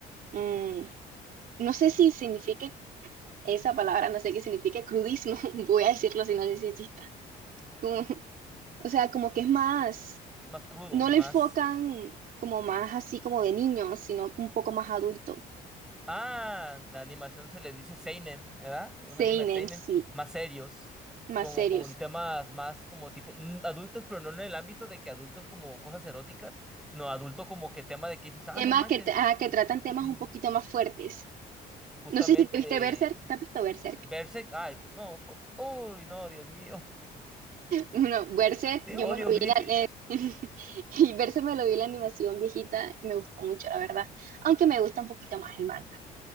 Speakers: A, on the right (about 55°); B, in the centre.
A: mm, no sé si signifique esa palabra, no sé qué significa crudismo, <laughs> voy a decirlo si no sé si exista. Como, o sea, como que es más,
B: Más crudo,
A: no
B: más...
A: le enfocan como más así como de niños, sino un poco más adulto.
B: Ah, la animación se le dice seinen, ¿verdad? Los
A: Seinen,
B: animes seinen
A: sí,
B: más serios,
A: más
B: como
A: serios.
B: con temas más como tipo mm, adultos, pero no en el ámbito de que adultos como cosas eróticas, no adulto como que tema de que dices, ah,
A: Temas
B: no manches,
A: que, ah, que tratan temas
B: sí,
A: un poquito más fuertes.
B: justamente
A: No sé si te viste Berserk, ¿te has visto Berserk?
B: Berserk, ay, no, por Dios, uy, no, Dios mío,
A: No, Berserk,
B: <laughs> te
A: yo
B: odio,
A: me lo vi
B: Griffith.
A: en, la- en- <laughs> y Berserk me lo vi en la animación viejita y me gustó mucho, la verdad. Aunque me gusta un poquito más el manga,